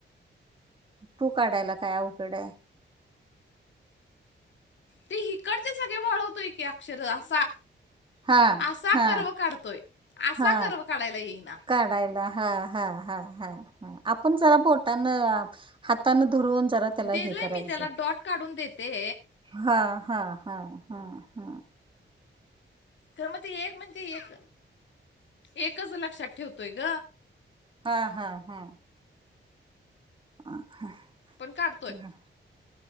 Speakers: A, on the right; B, on the left.
A: टु काढायला काय अवघड हाय.
B: ती हिकडची सगळी वळवतोय की अक्षर असा
A: हा
B: असा
A: हा
B: कर्व काढतोय, असा
A: हा
B: कर्व काढायला येईना.
A: काढायला हा हा हा हा हा हा. आपण जरासं बोटानं आ हातानं धरून जरा त्याला
B: दिलंय
A: हे करायचं.
B: मी त्याला डॉट काढून देते
A: हा हा हा हा हा.
B: तर म्हणजे एक म्हणजे एक एकच लक्षात ठेवतोय ग.
A: हा हा हा. हा.
B: पण काढतोय